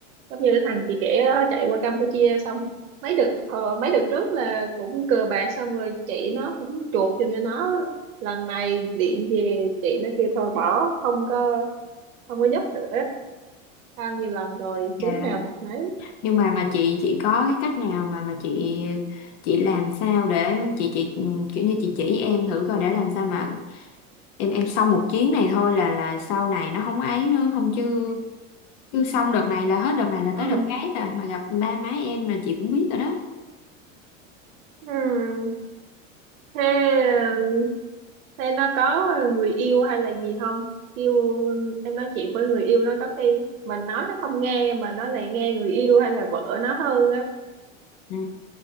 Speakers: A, on the right; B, on the left.
A: giống như cái thằng chị kể đó chạy qua Campuchia xong mấy đợt hồi- mấy đợt trước là cũng cờ bạc xong rồi chị nó cũng chuộc giùm cho nó lần này điện về chị nó kêu thôi bỏ không có không có giúp nữa bao nhiêu lần rồi
B: Dạ
A: chứng nào tật nấy
B: nhưng mà mà chị chị có cái cách nào mà mà chị chị làm sao để chị chị ừ, kiểu như chị chỉ em thử coi để làm sao mà em em xong một chuyến này thôi là là sau này nó không ấy nữa không chứ cứ xong đợt này là hết đợt này là
A: ừ
B: tới đợt khác à mà gặp ba má em là chị cũng biết rồi đó
A: Ừ. Thế Thế nó có người yêu hay là gì không? Yêu em nói chuyện với người yêu nó có khi mình nói nó không nghe mà nó lại nghe người yêu hay là vợ nó hơn á.
B: Ừ.